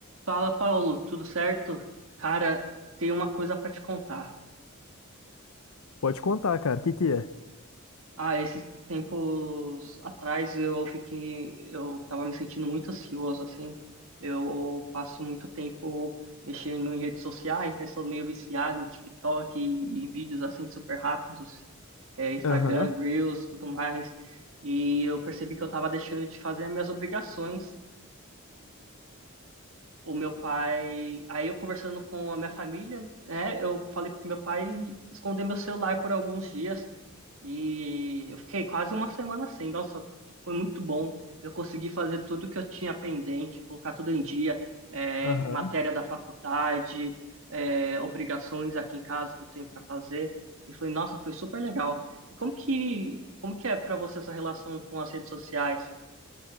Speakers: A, on the right; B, on the left.
A: Fala, Paulo, tudo certo? Cara, tem uma coisa pra te contar.
B: Pode contar, cara. O que que é?
A: Ah, esses tempos atrás eu fiquei, eu tava me sentindo muito ansioso, assim. Eu passo muito tempo mexendo em redes sociais, né? Sou meio viciado em TikTok e, e vídeos assim super rápidos, é, Instagram,
B: Aham,
A: Reels, tudo mais. E eu percebi que eu tava deixando de fazer as minhas obrigações o meu pai. Aí eu conversando com a minha família, né, eu falei pro meu pai esconder meu celular por alguns dias. E eu fiquei quase uma semana sem. Nossa, foi muito bom. Eu consegui fazer tudo que eu tinha pendente, colocar tudo em dia, é,
B: aham.
A: matéria da faculdade, é, obrigações aqui em casa que eu tenho para fazer. E foi, nossa, foi super legal. E como que, como que é para você essa relação com as redes sociais?